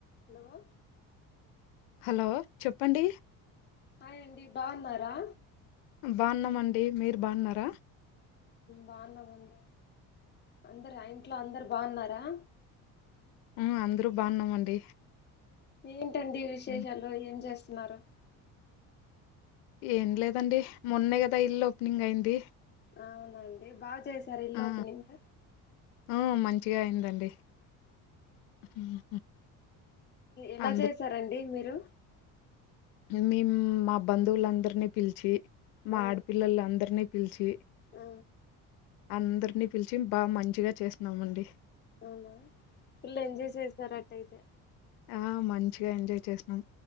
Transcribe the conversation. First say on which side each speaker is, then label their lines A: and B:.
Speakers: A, on the left; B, on the left.
A: Hello
B: hello చెప్పండి
A: అయండి బాగున్నారా
B: బాన్నామండి మీరు బాగున్నారా
A: బాగున్నావండి అందరు ఆ ఇంట్లో అందరు బాగున్నారా
B: ఆ అందరూ బాగున్నామండి
A: ఏంటండి విశేషాలు
B: హ్మ్.
A: ఏం చేస్త స్మార
B: ఏం లేదండి మొన్నే కదా ఇల్లు ఓపెనింగ్ అయింది
A: అవునండి బాగు చేసారు ఇల్లుపు
B: ఆ
A: నింగ
B: ఆ మంచిగా అయిందండి హ్మ్. హ్మ్.
A: ఎలా
B: అందరు
A: చేసారండి మీరు
B: మేము మా బంధువులందరినీ పిలిచి మాపిల్ల్
A: ఆ,
B: అందర్నే పిలిచి
A: ఆ
B: అందరినీ పిలిచి బాగా మంచిగా చేస్తున్నామండి
A: అవునా పల్లు ఎంజాయ్ చేస్తార అట్టయితే
B: ఆ మంచిగా ఎంజాయ్ చేసినాం